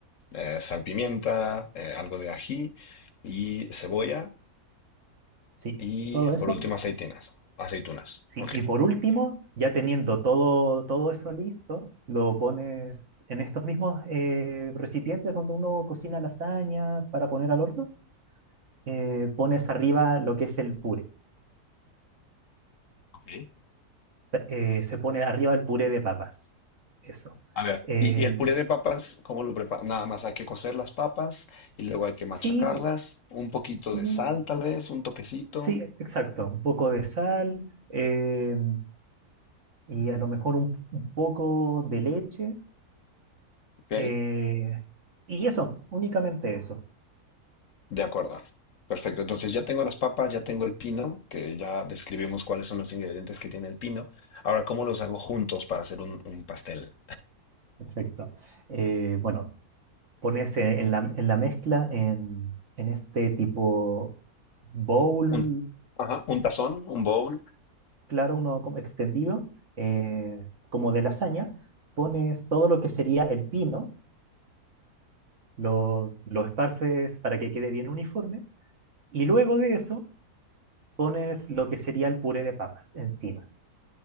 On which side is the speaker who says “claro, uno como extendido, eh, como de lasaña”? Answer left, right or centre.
Right